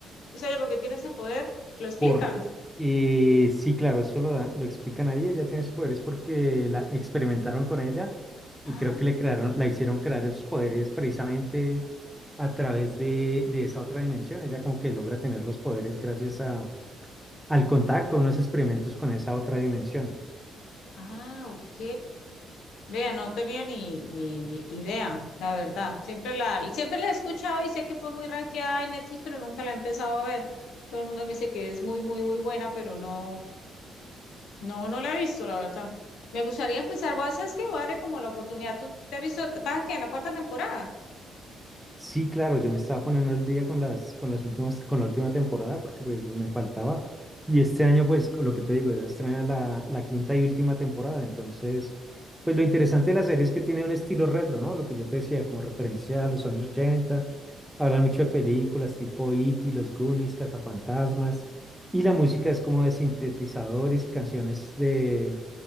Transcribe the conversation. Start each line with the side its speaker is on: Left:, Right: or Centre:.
Left: O sea, ella porque tiene ese poder, lo explican.
Centre: Por, eh, sí, claro, eso lo da- lo explican ahí. Ella tiene ese poder es porque la experimentaron con ella
Left: Ah,
Centre: y creo que le crearon, la hicieron crear esos poderes precisamente a través de, de esa otra dimensión. Ella como que logra tener los poderes gracias a, al contacto, unos experimentos con esa otra dimensión.
Left: ah, ok. Vea, no tenía ni, ni, ni idea, la verdad. Siempre la, siempre la he escuchado y sé que fue muy rankeada en Netflix, pero nunca la he empezado a ver. Todo el mundo me dice que es muy, muy, muy buena, pero no, No, no la he visto, la verdad. Me gustaría empezar, voy a- ¿sabes qué? Voy a darle como la oportunidad. ¿Tú te has visto, vas que en la cuarta temporada?
Centre: Sí, claro, yo me estaba poniendo el día con las, con las últimas, con la última temporada porque pues me faltaba. Y este año, pues co- lo que te digo, ya se estrena la, la quinta y última temporada. Entonces, pues lo interesante de la serie es que tiene un estilo retro, ¿no? Lo que yo te decía, como referencia a los años 80. Hablan mucho de películas tipo E.T., Los Goonies, Cazafantasmas. Y la música es como de sintetizadores y canciones de,